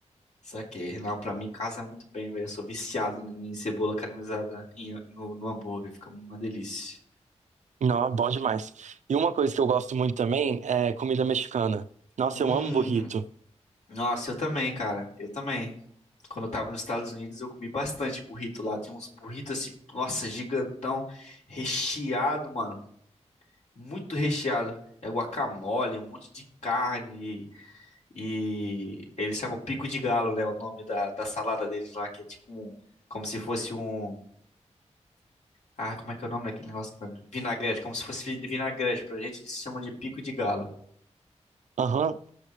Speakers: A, on the left; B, on the right.
A: Saquei. Não, pra mim casa muito bem, velho. Eu sou viciado em cebola caramelizada em- no, no hambúrguer. Fica uma delícia.
B: Não, é bom demais. E uma coisa que eu gosto muito também é comida mexicana. Nossa,
A: Hum,
B: eu amo burrito.
A: nossa, eu também, cara. Eu também. Quando eu tava nos Estados Unidos, eu comi bastante burrito lá. Tem uns burritos assim, nossa, gigantão, recheado, mano. Muito recheado. É guacamole, um monte de carne. E, e eles chamam pico de galo, né? O nome da, da salada deles lá, que é tipo um. Como se fosse um. Ah, como é que é o nome daquele negócio? Vinagrete, como se fosse vi- vinagrete. Pra gente, eles chamam de pico de galo.
B: Aham.